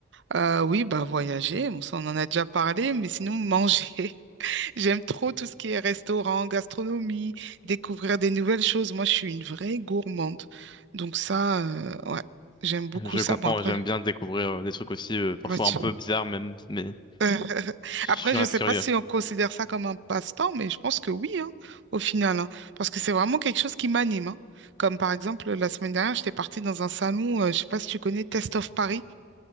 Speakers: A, on the right; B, on the left.
A: Euh, oui, bah voyager, bon, ça on en a déjà parlé, mais sinon <laughs> manger. J'aime trop tout ce qui est restaurant, gastronomie, découvrir des nouvelles choses. Moi, je suis une vraie gourmande. Donc ça, euh, ouais, j'aime beaucoup
B: Je
A: ça.
B: comprends,
A: Bon, après,
B: j'aime bien découvrir euh, des trucs aussi, euh, parfois
A: ouais, tu-
B: un peu bizarres même, mais
A: euh,
B: je
A: après, je
B: reste
A: ne sais
B: curieux.
A: pas si on considère ça comme un passe-temps, mais je pense que oui, hein, au final. hein. parce que c'est vraiment quelque chose qui m'anime. hein. Comme par exemple, la semaine dernière, j'étais partie dans un salon, euh, je ne sais pas si tu connais, Test of Paris.